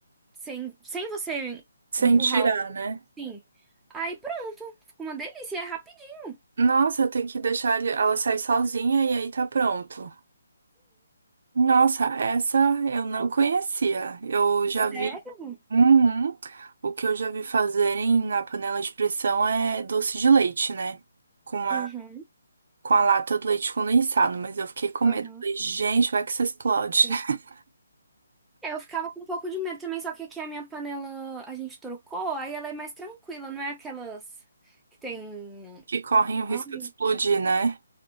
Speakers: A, in the centre; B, on the right.
A: sem, sem você
B: sem
A: empurrar
B: tirar,
A: o.
B: né?
A: Sim. Aí pronto. Fica uma delícia. e É rapidinho.
B: Nossa, eu tenho que deixar ele- ela sair sozinha e aí tá pronto. Nossa, essa eu não conhecia. Eu já
A: Sério?
B: vi. Uhum. O que eu já vi fazerem na panela de pressão é doce de leite, né? Com a,
A: Uhum.
B: com a lata do leite condensado, mas eu fiquei com
A: Aham,
B: medo. Falei, gente, vai que isso explode.
A: sei.
B: <laughs>
A: Eu ficava com um pouco de medo também, só que aqui a minha panela a gente trocou, aí ela é mais tranquila, não é aquelas que tem.
B: Que correm o risco
A: Ai,
B: de explodir, né?